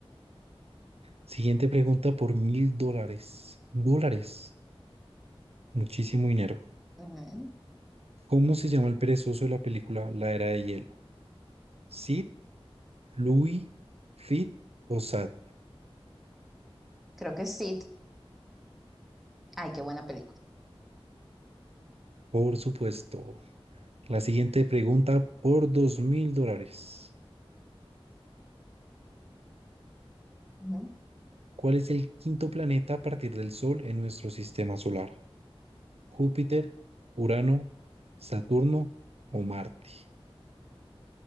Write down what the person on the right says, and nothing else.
Siguiente pregunta por mil dólares. Dólares. Muchísimo dinero.
¿Cómo se llama el perezoso de la película La Era de Hielo? Sid, Louis, Fit o Sad,
por supuesto. La siguiente pregunta por dos mil dólares.
¿Cuál es el quinto planeta a partir del Sol en nuestro sistema solar? ¿Júpiter, Urano, Saturno o Marte?